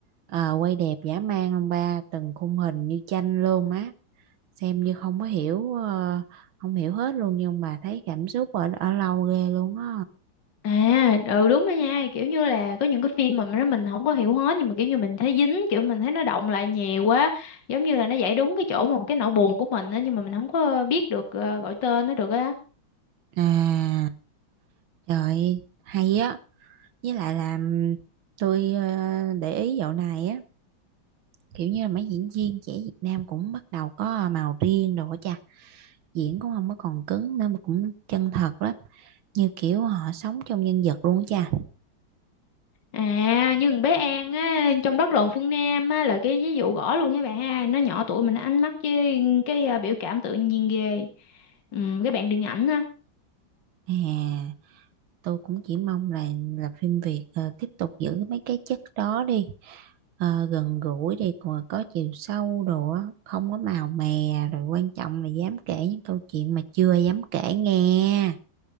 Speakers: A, on the right; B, on the left.
A: Ờ, quay đẹp dã man ông ba, từng khung hình như tranh luôn á, xem như không có hiểu ờ, không hiểu hết luôn nhưng mà thấy cảm xúc ở ở lâu ghê luôn á.
B: À, ừ đúng đó nha, kiểu như là có những cái phim mà nó mình không có hiểu hết nhưng mà kiểu như mình thấy dính, kiểu mình thấy nó động lại nhiều quá, giống như là nó giải đúng cái chỗ mà cái nỗi buồn của mình á nhưng mà mình không có biết được ờ, gọi tên nó được á.
A: À, trời hay á, với lại là ừm, tôi ờ, để ý dạo này á, kiểu như là mấy diễn viên trẻ Việt Nam cũng bắt đầu có màu riêng rồi á cha. diễn cũng không có còn cứng nữa mà cũng chân thật lắm như kiểu họ sống trong nhân vật luôn á cha
B: À, như con bé An á trong Đất Rộn Phương Nam á là cái ví dụ rõ luôn nha bà ha, nó nhỏ tuổi mình nó ánh mắt với cái ờ, biểu cảm tự nhiên ghê. Ừ, cái bạn điện ảnh á.
A: à tôi cũng chỉ mong là là phim Việt ờ, tiếp tục giữ mấy cái chất đó đi Ờ, gần gũi đi còn có chiều sâu đồ á không có màu mè rồi quan trọng là dám kể những câu chuyện mà chưa dám kể nghe